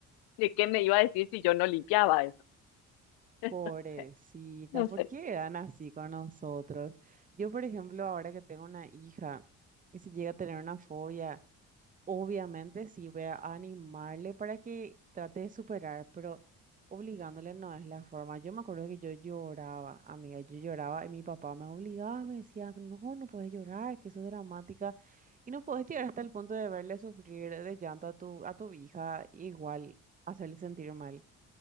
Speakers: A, on the left; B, on the right.
A: de qué me iba a decir si yo no limpiaba eso. <laughs> Entonces,
B: Pobrecita,
A: no
B: ¿por
A: sé.
B: qué eran así con nosotros? Yo, por ejemplo, ahora que tengo una hija, y si llega a tener una fobia, Obviamente sí voy a animarle para que trate de superar, pero obligándole no es la forma. Yo me acuerdo que yo lloraba, amiga, yo lloraba y mi papá me obligaba, me decía, no, no puedes llorar, que eso es dramática. Y no puedes llegar hasta el punto de verle sufrir de llanto a tu, a tu hija, igual hacerle sentir mal.